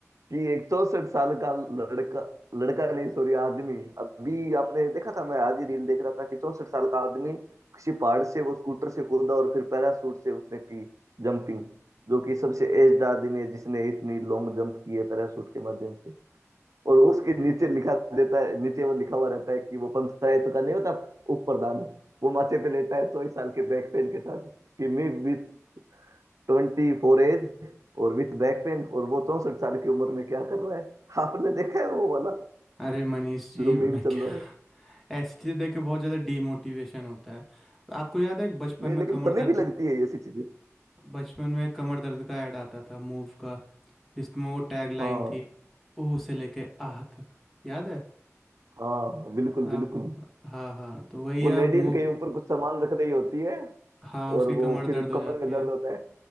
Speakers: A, on the right; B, in the centre.
A: कि एक चौसठ साल का लड़का लड़का नहीं सॉरी आदमी अभी आपने देखा था मैं आज ही रील देख रहा था कि चौसठ साल का आदमी किसी पहाड़ से वो स्कूटर से कूदा और फिर पैराशूट से उसने की जंपिंग जो कि सबसे एज्ड आदमी है जिसने इतनी लॉन्ग जंप की है पैराशूट के माध्यम से और उसके नीचे लिखा देता है नीचे वो लिखा हुआ रहता है कि वो पंचायत का नहीं होता उप प्रधान वो माथे पे लेटा है चौबीस साल के बैक पेन के साथ कि मैं विथ ट्वेंटी फोर एज और विथ बैक पेन और वो चौसठ साल की उम्र में क्या कर रहा है आपने देखा है वो वाला
B: अरे मनीष
A: जो
B: जी मैं
A: मीम चल
B: क्या
A: रहा है
B: ऐसी चीज़ देख के बहुत ज़्यादा डीमोटिवेशन होता है आपको याद है बचपन
A: नहीं
B: में
A: लेकिन
B: कमर
A: फनी
B: दर्द
A: भी लगती है ये ऐसी चीजें
B: बचपन में कमर दर्द का ऐड आता था मूव का जिसमें वो टैग लाइन
A: हाँ
B: थी ऊ से लेके आह तक याद है
A: हाँ बिल्कुल
B: अब
A: बिल्कुल
B: हाँ हाँ तो वही
A: वो लेडीज
B: अब मूव
A: कहीं ऊपर कुछ सामान रख रही होती है
B: हाँ उसकी
A: और वो
B: कमर
A: फिर
B: दर्द हो
A: कमर
B: जाती
A: में दर्द
B: है
A: होता है